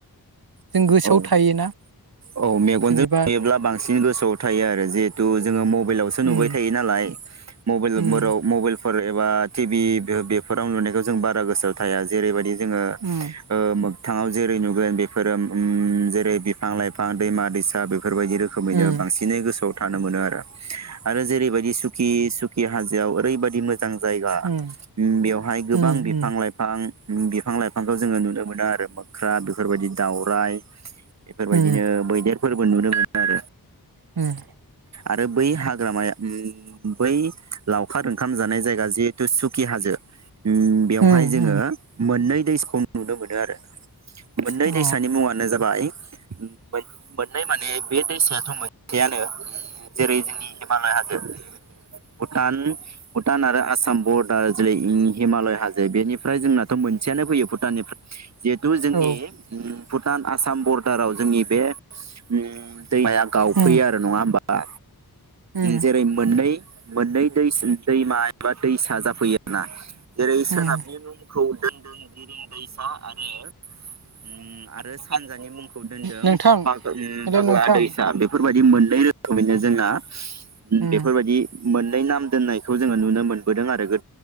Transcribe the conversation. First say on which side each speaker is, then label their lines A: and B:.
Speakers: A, on the right; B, on the right.
A: जों गोसोआव
B: औ
A: थायोना
B: औ मेगनजों
A: जेनेबा
B: नुयोब्ला बां सिन गोसोआव थायो आरो जिहेथु जोङो मबेलावसो नुबाय
A: उम
B: थायो नालाय। मबेलफोराव
A: उम
B: मबेलफोर एबा टिभि बे-बेफोराव नुनायखौ जों बारा गोसोआव थाया जेरैबायदि जोङो
A: उम
B: ओ मोगथाङाव जेरै नुगोन बेफोरो उम जेरै बिफां लाइफां दैमा दैसा बेफोरबायदि रोखोमैनो
A: उम
B: बांसिनै गोसोआव थानो मोनो आरो। आरो जेरैबायदि सुखि सुखि हाजोआव ओरैबायदि मो जां जायगा
A: उम
B: उम बेवहाय गोबां
A: उम
B: बिफां लाइफां बिफां लाइफांखौ जोङो नुनो मोनो आरो मोख्रा बेफोरबायदि दावराइ बेफोरबायदिनो
A: उम
B: मैदेरफोरबो नुनो मोनो आरो।
A: उम
B: आरो बै हाग्रामाया बै बै लावखार ओंखाम जानाय जायगा जिहेथु सुखि हाजो उम बेयावहाय
A: उम
B: जोङो
A: उम
B: मोननै दैसखौ नुनो मोनो आरो मोननै
A: अ उम
B: दैसानि मुङानो जाबाय उम मोन- मोननै माने बे दैसायाथ' मोनसेयानो। जेरै जोंनि हिमालय हाजो, भुटान, भुटान आरो आसाम बरडार जेरै इ हिमालय हाजो बेनिफ्राय जोंनाथ' मोनसेयानो फैयो भुटाननिफ्राय जिहेतु जोंनि
A: औ
B: उम भुटान आसाम बरडाराव जोंनि बे उम दैमाया गावफैयो
A: उम
B: आरो नङा होमबा
A: उम
B: जेरै मोननै मोननै दैस दैमा एबा दैसा जाफैयोना जेरै सोनाबनि
A: उम
B: मुंखौ दोनदोन गुरुं दैसा आरो उम आरो सानजानि मुंखौ दोनदों
A: नोंथां
B: फाग ओम
A: हेलौ
B: फागला
A: नोंथां
B: दैसा बेफोरबायदि मोननै रो खोमैनो जोंना
A: उम
B: बेफोरबायदि मोननै नाम दोननायखौ जोङो नुनो मोनबोदों आरो गो